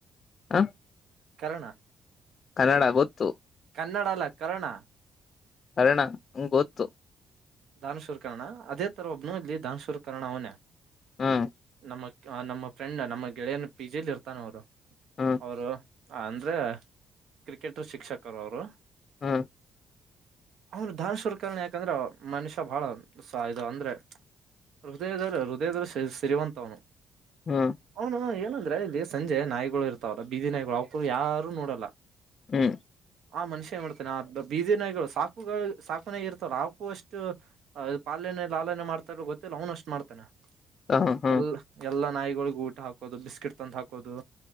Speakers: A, on the left; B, on the right.
A: ಹ <unintelligible>
B: ಕರ್ಣ
A: ಕನ್ನಡ ಗೊತ್ತು
B: ಕನ್ನಡ ಕರ್ಣ
A: ಕರ್ಣ ಹೂ ಗೊತ್ತು
B: ಧನಶೂರ ಕರ್ಣ ಅದೇ ತರ ಒಬ್ಬನು ಇಲ್ಲಿ ಧನಶೂರ ಕರ್ಣ ಅವನೇ
A: ಹ್ಮ್
B: ನಮ ನಮ್ಮ ಫ್ರೆಂಡ್ ನಮ್ಮ ಗೆಳೆಯನ್ ಪಿ ಜಿಲಿ ಇರ್ತಾನ ಅವರು
A: ಹ್ಮ್
B: ಅವರು ಅಂದ್ರೆ ಕ್ರಿಕೆಟ್ ಶಿಕ್ಷಕರು ಅವರು.
A: ಹ್ಮ್
B: ಅವರು ಧಾನ <unintelligible> ವಕರಣ ಯಾಕಂದ್ರ ಮನುಷ್ಯ ಬಹಳ ಸ ಇದು ಅಂದ್ರೆ ಹೃದಯದ ಹೃದಯದ್ರ ಸಿರಿ ಸಿರಿವಂತವ್ನು.
A: ಹ್ಮ್
B: <unintelligible> ಹೇಳ <unintelligible> ಅಂದ್ರೆ ಇಲ್ಲಿ ಸಂಜೆ ನಾಯ್ಗಳು ಇರ್ತಾವಲ್ಲ ಬೀದಿ ನಾಯಿಗಳು ಅವ್ಕರು ಯಾರು ನೋಡಲ್ಲ.
A: ಹ್ಮ್
B: ಆ ಮನುಷ್ಯ ಏನ್ ಮಾಡ್ತಾನ ಆ ಬೀದಿ ನಾಯಿಗಳು ಸಾಕುಗಳು ಸಾಕು ಇರ್ತಾರ ಅವಕು ಅಷ್ಟ್ ಪಾಲನೆ ಲಾಲನೆ ಮಾಡ್ತಾರ ಗೊತ್ತಿಲ್ಲ ಅವನು ಅಷ್ಟು ಮಾಡ್ತಾನೆ.
A: ಹ್ಮ್ ಹ್ಮ್
B: ಎಲ್ಲ ಎಲ್ಲ ನಾಯಿಗಳಗ ಊಟ ಹಾಕೋದು ಬಿಸ್ಕಿಟ್ ತಂದು ಹಾಕೋದು.